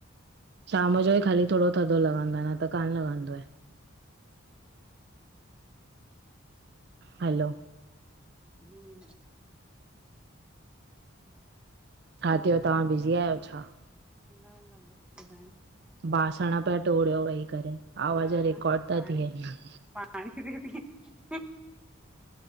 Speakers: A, on the right; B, in the centre.
A: शाम
B: हम्म
A: जो ई ख़ाली थोड़ो थधो लॻंदो आ, न त कान लॻंदो आहे। हलो
B: हम्म।
A: हा थियो तां बिज़ी आहियो छा?
B: न -न बसि ॿुधाइ?
A: बासण पया टोड़ियो वेही करे आवाज
B: न न
A: रिकार्ड ता
B: पाणी
A: थियनि।
B: पाणी खी <unintelligible>